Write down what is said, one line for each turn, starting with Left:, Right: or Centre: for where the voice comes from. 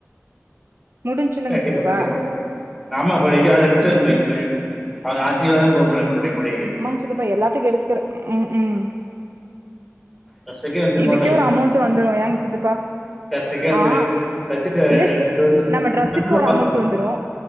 Right: முடிஞ்சுலங்க
Centre: கண்டிப்பா
Right: சித்தப்பா
Centre: கண்டிப்பா ஆமா <unintelligible>
Right: ம் ம் சித்தாப்பா எல்லாத்துக்கு எடுக்கறே ம் ம்
Centre: கசக்கே வந்துருமாட்டங்
Right: இதுக்கே ஒரு அமௌண்ட் வந்துரு ஏங்க சித்தப்பா
Centre: கசக்கே வந்துரு
Right: ஆ
Centre: வச்சுக்கே ரெ
Right: இல்ல
Centre: ரெண்டு வந்து
Right: நம்ம ட்ரெஸ்ஸுக்கு
Centre: <unintelligible>
Right: ஒரு அமௌண்ட் வந்துரு